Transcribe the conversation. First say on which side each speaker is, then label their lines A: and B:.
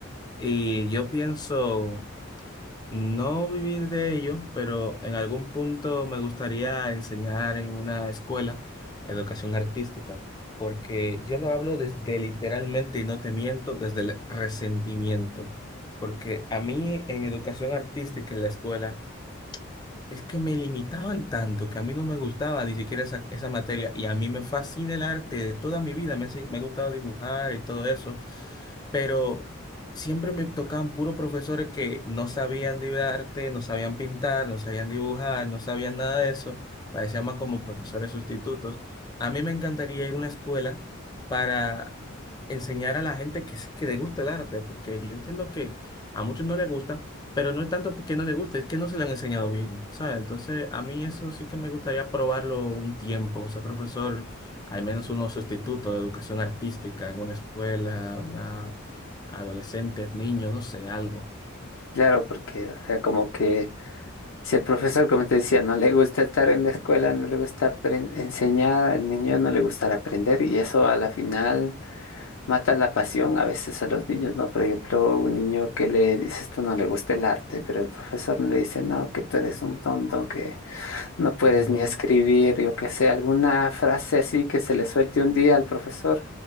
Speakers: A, on the left (about 20°); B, on the left (about 75°).
A: Y yo pienso no vivir de ello, pero en algún punto me gustaría enseñar en una escuela educación artística, porque yo lo hablo desde literalmente, y no te miento, desde el resentimiento, porque a mí en educación artística en la escuela es que me limitaban tanto que a mí no me gustaba ni siquiera esa, esa materia y a mí me fascina el arte de toda mi vida, me, ha si- me ha gustado dibujar y todo eso, pero siempre me tocaban puros profesores que no sabían de arte, no sabían pintar, no sabían dibujar, no sabían nada de eso, parecían más como profesores sustitutos. A mí me encantaría ir a una escuela para enseñar a la gente que, s- que le gusta el arte, porque yo entiendo que a muchos no les gusta. Pero no es tanto porque no le gusta, es que no se le han enseñado bien, ¿sabes? Entonces, a mí eso sí que me gustaría probarlo un tiempo, ser profesor, al menos uno sustituto de educación artística en una escuela, una- adolescentes, niños, no sé, algo.
B: claro, porque, o sea, como que... Si el profesor, como te decía, no le gusta estar en la escuela, no le gusta apren- enseñar, al niño no le gustará aprender y eso a la final mata la pasión a veces a los niños, ¿no? Por ejemplo, un niño que le dices tú no le gusta el arte, pero el profesor le dice, no, que tú eres un tonto, que no puedes
A: Ujú.
B: ni escribir, yo qué sé, alguna frase así que se le suelte un día al profesor,